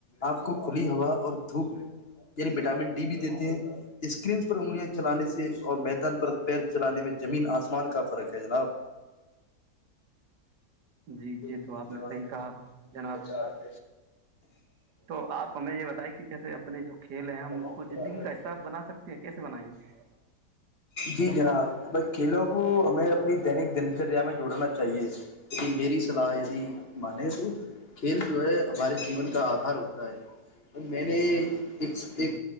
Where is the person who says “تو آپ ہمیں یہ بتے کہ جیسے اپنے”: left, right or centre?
Right